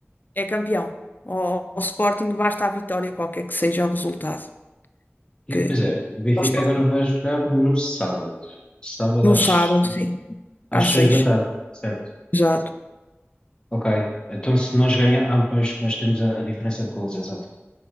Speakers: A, on the left; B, on the left.
A: é campeão. Ao, ao Sporting basta a vitória, qualquer que seja o resultado.
B: E
A: Que
B: pois é, o Benfica
A: eles estão
B: agora vai jogar no sábado. Sábado
A: no
B: às,
A: sábado, sim,
B: às
A: às
B: seis
A: seis.
B: da tarde, certo?
A: Exato.
B: Ok. Então se nós ganharmos, pois, mas temos a, a diferença de gols, exato.